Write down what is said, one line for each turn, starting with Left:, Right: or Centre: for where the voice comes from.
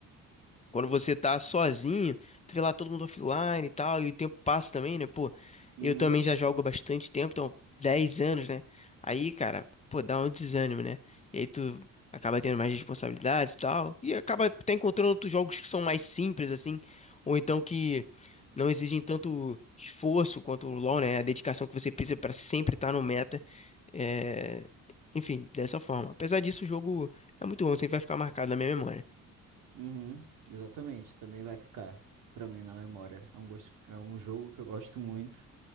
Left: quando você tá sozinho, tu vê lá todo mundo offline e tal, e o tempo passa também, né? Pô,
Right: Uhum,
Left: eu também já jogo há bastante tempo, então 10 anos, né? Aí, cara, pô, dá um desânimo, né? E aí tu acaba tendo mais responsabilidades e tal, e acaba até encontrando outros jogos que são mais simples, assim, ou então que não exigem tanto esforço quanto o LoL, né? A dedicação que você precisa pra sempre estar no meta. É... Enfim, dessa forma. Apesar disso, o jogo é muito bom, sempre vai ficar marcado na minha memória.
Right: uhum, exatamente, também vai ficar pra mim na memória. É um gosto, é um jogo que eu gosto muito.